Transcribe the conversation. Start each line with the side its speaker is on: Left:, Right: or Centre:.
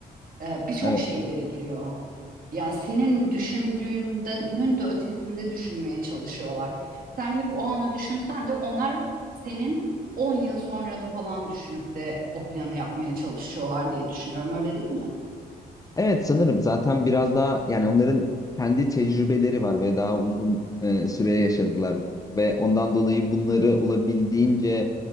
Right: e, birçok
Left: Evet.
Right: şeyleri giriyor. Yani senin düşündüğünün de ötesinde düşünmeye çalışıyorlar. Sen hep o anı düşünsen de onlar senin 10 yıl sonranı falan düşünüp de o planı yapmaya çalışıyorlar diye düşünüyorum. Öyle değil mi?
Left: Evet sanırım zaten biraz daha yani onların kendi tecrübeleri var ve daha uzun e, süre yaşadılar ve ondan dolayı bunları olabildiğince